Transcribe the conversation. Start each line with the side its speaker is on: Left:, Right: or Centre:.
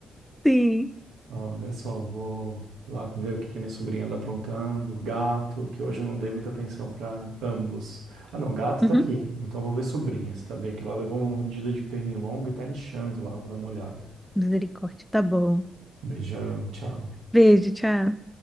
Centre: Sim.
Right: Olha só, vou lá ver o que que a minha sobrinha anda aprontando, gato, que hoje eu não dei muita atenção pra ambos. Ah, não, gato
Centre: Uhum.
Right: tá aqui, então eu vou ver sobrinha, se tá bem, que ela levou uma mordida de pernilongo e tá inchando lá, eu vou dar uma olhada.
Centre: Misericórdia. Tá bom.
Right: Beijão, tchau.
Centre: Beijo, tchau.